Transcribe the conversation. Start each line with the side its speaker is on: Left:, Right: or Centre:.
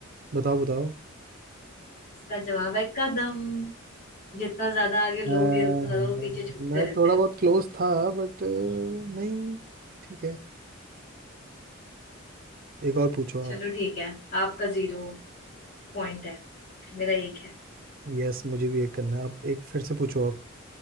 Right: बताओ बताओ
Left: इसका जवाब है कदम जितना ज्यादा आगे
Right: हाँ,
Left: लोगे उतना ज्यादा
Right: हाँ,
Left: वो पीछे छूटते
Right: मैं
Left: रहते
Right: थोड़ा
Left: हैं
Right: बहुत क्लोज था बट नहीं ठीक है एक और पूछो
Left: चलो
Right: आप
Left: ठीक है आपका जीरो पॉइंट है मेरा एक है
Right: यस मुझे भी एक करना है आप एक फिर से पूछो आप